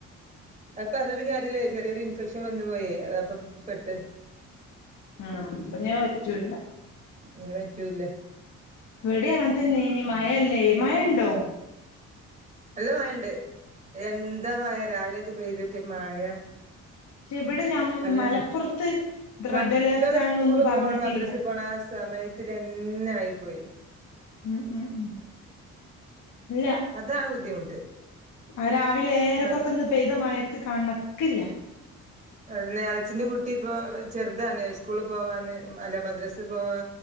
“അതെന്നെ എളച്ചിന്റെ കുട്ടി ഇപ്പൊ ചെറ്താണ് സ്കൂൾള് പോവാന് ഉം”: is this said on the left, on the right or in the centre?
Right